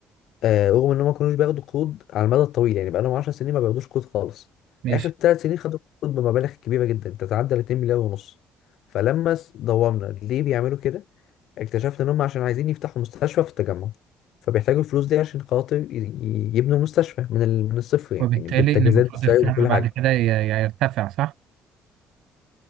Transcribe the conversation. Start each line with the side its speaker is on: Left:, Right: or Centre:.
Left: آه رغم ان هم ما كانوش بياخدوا قروض على المدى الطويل يعني بقالهم 10 سنين ما بياخدوش قروض خالص
Right: ماشي
Left: آخر ثلاث سنين خدوا قروض بمبالغ كبيرة جدا تتعدى ال 2 مليار ونص فلما س- دورنا ليه بيعملوا كده اكتشفت ان هم عشان عايزين يفتحوا مستشفى في التجمع فبيحتاجوا الفلوس دي عشان خاطر ي- ي- يبنوا مستشفى من ال... من الصفر يعني
Right: وبالتالي
Left: بالتجهيزات
Right: ان المفروض
Left: بالسعر
Right: السهم
Left: بكل
Right: بعد
Left: حاجه
Right: كده ي- ي- يرتفع صح